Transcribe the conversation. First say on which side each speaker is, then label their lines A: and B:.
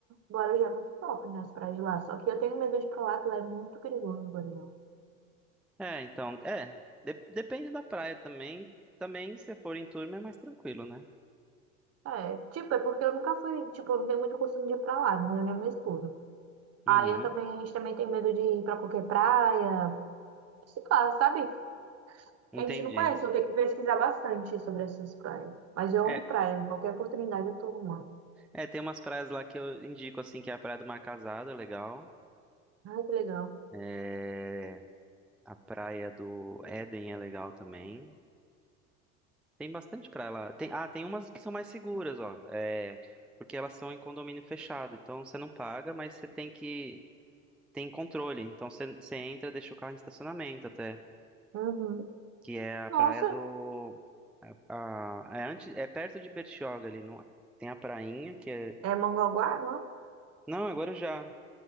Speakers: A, on the right (about 35°); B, in the centre.
A: Guarujá é muito top, né? As praias de lá. Só que eu tenho medo de ir pra lá, que lá é muito perigoso, Guarujá.
B: É, então, é, de- depende da praia também. Também se for em turma é mais tranquilo, né?
A: É, tipo, é porque eu nunca fui, tipo, eu não tenho muito costume de ir pra lá, né? Eu nem meu esposo.
B: Uhum,
A: Aí eu também, a gente também tem medo de ir pra qualquer praia. Sei lá, sabe?
B: entendi.
A: A gente não conhece, eu tenho que pesquisar bastante sobre essas praias. Mas eu
B: É,
A: amo praia, qualquer oportunidade eu tô numa.
B: é, tem umas praias lá que eu indico assim que é a praia do Mar Casado, é legal.
A: Ai, que legal.
B: É, a praia do Éden é legal também. Tem bastante pra lá Tem, ah, tem umas que são mais seguras, ó. É, porque elas são em condomínio fechado. Então você não paga, mas você tem que. Tem controle. Então você, você entra, deixa o carro em estacionamento até.
A: Uhum.
B: Que é a
A: Nossa,
B: praia do. A, a- é, antes, é perto de Bertioga ali. Não, tem a prainha, que é.
A: é Mongaguá, não? é?
B: Não, agora já.